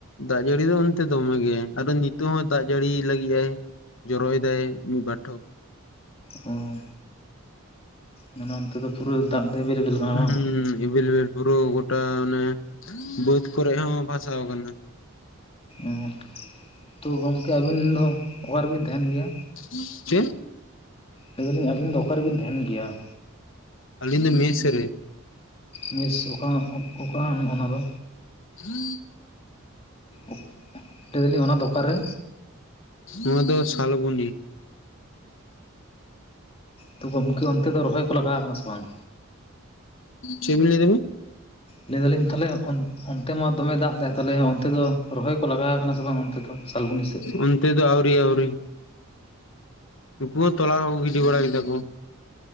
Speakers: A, on the left (about 60°); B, on the left (about 25°).
A: ᱫᱟᱜ ᱡᱟᱹᱲᱤ ᱫᱚ ᱚᱱᱛᱮ ᱫᱚᱢᱮ ᱜᱮ ᱟᱨᱫᱚ ᱱᱤᱛᱚᱜ ᱦᱚᱸ ᱫᱟᱜ ᱡᱟᱹᱲᱤ ᱞᱟᱹᱜᱤ ᱟᱭ ᱾ ᱡᱨᱚᱭ ᱫᱟᱭ ᱢᱤ ᱵᱟᱨ ᱴᱷᱚᱯ ᱾
B: ᱚ ᱢᱟᱱᱮ ᱚᱱᱛᱮ ᱫᱚ ᱯᱩᱨ ᱫᱟᱜ ᱫᱚ ᱮᱵᱮᱞᱮᱵᱮᱞ? ᱠᱟᱱᱟ
A: ᱦᱩ
B: ᱵᱟᱝ
A: ᱤᱵᱮᱵᱮᱞ ᱯᱩᱨᱟᱩ ᱜᱚᱴᱟ ᱚᱱᱮ ᱵᱟᱹᱫ ᱠᱚᱨᱮ ᱦᱚᱸ ᱵᱷᱟᱥᱟᱣ ᱠᱟᱱᱟ ᱾
B: ᱩ ᱛᱳ ᱜᱚᱝᱠᱮ ᱟᱵᱤᱱ ᱫᱚ ᱚᱨᱟ ᱨᱮᱵᱤᱱ ᱛᱟᱦᱮᱱ ᱜᱮᱭᱟ?
A: ᱪᱮᱫ?
B: ᱞᱟᱹᱭ ᱫᱟᱞᱤᱧ ᱟᱹᱵᱤᱱ ᱫᱚ ᱚᱠᱟ ᱨᱮᱵᱤᱱ ᱛᱟᱦᱮᱱ ᱜᱮᱭᱟ
A: ᱟᱞᱤᱧ ᱫᱚ ᱢᱮᱥ ᱨᱮ᱾
B: ᱢᱮᱥ ᱚᱠᱟ ᱚᱠᱟ ᱚᱱᱟ ᱫᱚ?
A: ᱦᱮᱸ <inaudible>
B: ᱚᱠ ᱞᱮ ᱫᱟᱞᱤᱧ ᱚᱱᱟ ᱫᱚ ᱚᱠᱟᱨᱮ?
A: ᱱᱚᱣᱟ ᱫᱚ ᱥᱟᱞᱵᱚᱱᱤ᱾
B: ᱛᱚ ᱜᱚᱢᱠᱮ ᱚᱱᱛᱮ ᱫᱚ ᱨᱚᱦᱚᱭ ᱠᱚ ᱞᱟᱜᱟ ᱠᱟᱱᱟ ᱥᱮ ᱵᱟᱝ?
A: ᱪᱮᱫᱵᱤᱱ ᱞᱟᱹᱭ ᱫᱟᱵᱤᱱ?
B: ᱞᱟᱹᱭ ᱫᱟᱞᱤᱧ ᱛᱟᱦᱞᱮ ᱚᱱ ᱚᱱᱛᱮ ᱢᱟ ᱫᱚᱢᱮ ᱫᱟᱜ ᱫᱟᱭ ᱛᱟᱦᱞᱮ ᱚᱱᱛᱮ ᱫᱚ ᱨᱚᱦᱚᱭ ᱠᱚ ᱞᱟᱜᱟ ᱠᱟᱱᱟ ᱥᱮ ᱵᱟᱝ ᱚᱱᱛᱮ ᱫᱚ? ᱥᱟᱞᱵᱚᱱᱤ ᱥᱮᱫ
A: ᱚᱱᱼᱼ ᱛᱮ ᱫᱚ ᱟᱹᱣᱨᱤ ᱟᱹᱣᱨᱤ ᱱᱩᱠᱩ ᱦᱚ ᱛᱞᱟ ᱠᱚᱠᱚ ᱜᱤᱰᱤ ᱵᱟᱲᱟ ᱠᱮᱫᱟ ᱠᱚ᱾